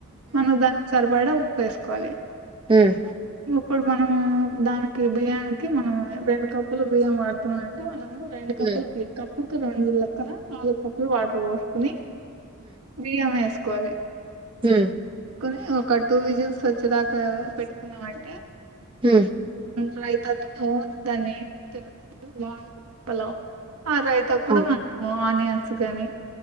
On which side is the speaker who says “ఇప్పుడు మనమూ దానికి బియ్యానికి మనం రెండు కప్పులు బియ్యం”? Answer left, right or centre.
Right